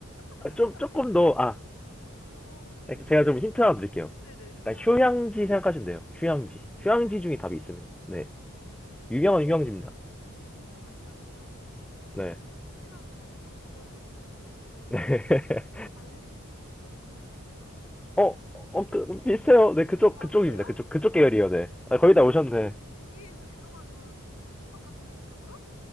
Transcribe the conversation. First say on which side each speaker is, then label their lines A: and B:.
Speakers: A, on the left; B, in the centre.
A: <laughs>
B: 아, 좀,
A: 아니.
B: 조금 더, 아,
A: 어.
B: 제가 좀 힌트 하나 드릴게요.
A: 네네, 힌트
B: 약간
A: 한번.
B: 휴양지 생각하시면 돼요. 휴양지. 휴양지
A: 휴양지.
B: 중에 답이 있습니다. 네. 유명한
A: 아,
B: 휴양지입니다.
A: 유명한 휴양지요.
B: 네.
A: 7시간 반 정도 걸리는
B: 네. <laughs>
A: 발리, 푸켓 이런 나라인가?
B: 어, 어, 그, 비슷해요. 네, 그쪽,
A: 아,
B: 그쪽입니다.
A: 그래요?
B: 그쪽, 그쪽 계열이에요.
A: 발리,
B: 네.
A: 푸켓?
B: 아, 거의 다 오셨네.
A: 거기에서 유명한 그런 볶음밥 같은 게 있다고요?